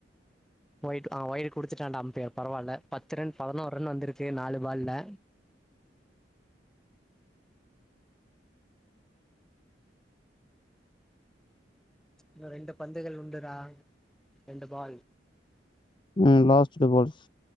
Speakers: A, in the centre; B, on the left.
A: ஒய்டு ஒய்டு குடுத்துட்டா அம்பயர் பரவால்ல பத்து ரன் பதுனோர் த்து ரன் வந்துருக்கு நாலு ஃபால்லா இன்ன ரெண்டு பந்துகள் உண்டுடா ரெண்டு ஃபால்
B: உம் லாஸ்ட்டு ஃபால்ஸ்